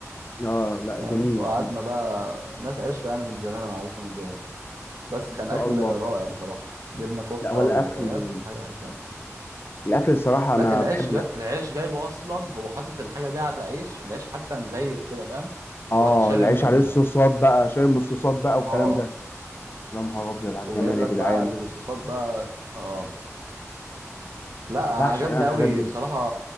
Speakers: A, on the left (about 45°); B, on the right (about 80°).
A: اه لا
B: فاهم
A: جميل
B: وقعدنا بقى ناس عشره يعني من زمان انا عارفهم من زمان بس
A: ما
B: كان
A: شاء
B: اكل
A: الله
B: رائع بصراحه جبنا كفته
A: لا هو الاكل
B: وكباب كانت حاجه
A: الاكل الصراحه
B: لا
A: انا
B: العيش
A: بحب
B: جا...
A: الاكل
B: العيش جايبه اصلا هو حاطط الحاجه دي على عيش العيش حتى مزيت كده فاهم
A: اه
B: واخد شارب
A: العيش
B: منها
A: عليه الصوصات بقى شاي من الصوصات بقى والكلام
B: اه
A: ده يا نهار ابيض على
B: وجايب
A: الجمال
B: لك
A: يا جدعان
B: بقى الصوصات بقى اه لا
A: بعشق
B: انا عجبني
A: انا
B: قوي
A: الحاجات دي
B: بصراحه